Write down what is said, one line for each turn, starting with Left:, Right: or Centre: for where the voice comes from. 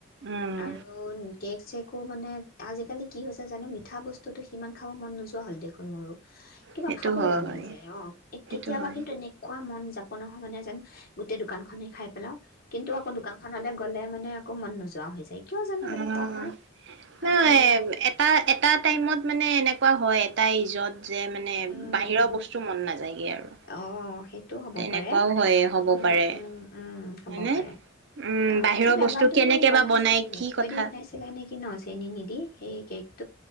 Right: উম,
Left: আৰু কেক চেক। আকৌ মানে আজিকালি কি হৈছে জানো মিঠা বস্তুটো সিমান খাব মন নোযোৱা হ'ল দেখোন মোৰো। কিবা
Right: সেইটো
Left: খাবই
Right: হয়,
Left: মন নাযায় অ' এ
Right: সেইটো
Left: কেতিয়াবা
Right: হয়।
Left: কিন্তু এনেকুৱা মন যায়। যাপ নহয় মানে যেন গোটেই দোকানখনেই খাই। হেল্ল' কিন্তু আকৌ দোকান খলৈ গ'লে মানে। আকৌ মন নোযোৱা হৈ যায়। কিয় জানো
Right: উম,
Left: তেনেকুৱা হয়
Right: নহয়
Left: আৰু
Right: এটা এটা টাইমত মানে এনে। এনেকুৱা হয় এটা ইজত। যে মানে
Left: উম
Right: বাহিৰৰ বস্তু মন নাযায়গে আৰু।
Left: অ সেইটো হ'ব
Right: তেনেকুৱাও
Left: পাৰে
Right: হয় হ'ব
Left: উম
Right: পাৰে
Left: উম হ'ব
Right: হয়নে?
Left: পাৰে অ'
Right: উম, বাহিৰৰ
Left: কিন্তু
Right: বস্তু
Left: এবাৰ তুমি
Right: কেনেকে
Left: বনাইছিলা
Right: বা বনাই
Left: মিঠৈ
Right: কি কথা।
Left: দি বনাইছিলা নেকি ন চেনি নিদি সেই। এক।